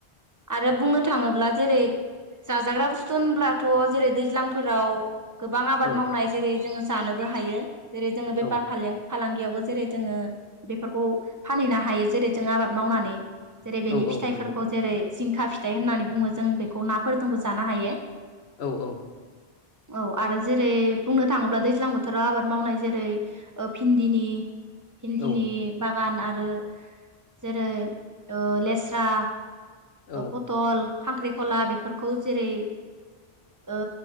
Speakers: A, on the right; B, on the left.
A: आरो बुंनो थाङोब्ला जेरै जाजाग्रा बुस्थु होनब्लाथ' जेरै दैज्लांफोराव गोबां आबाद
B: औ
A: मावनाय जेरै जोङो जानोबो हायो जेरै जोङो बेफार
B: औ
A: फालें फालांगियावबो जेरै जोङो बेफोरखौ फानहैनो हायो जेरै जों आबाद मावनानै जेरै बेनि
B: औ
A: फिथाइफोरखौ
B: औ नंगौ
A: जेरै जिंखा फिथाइ होननानै बुङो जों बेखौ नाफोरजोंबो जानो हायो।
B: औ औ।
A: औ आरो जेरै बुंनो थाङोब्ला दैज्लां बोथोराव आबाद मावनाय जेरै ओ भिन्दिनि भिन्दिनि
B: औ
A: बा बागान आरो जेरै ओ लेस्रा
B: औ
A: पतल खांख्रिखला बेफोरखौ जेरै ओ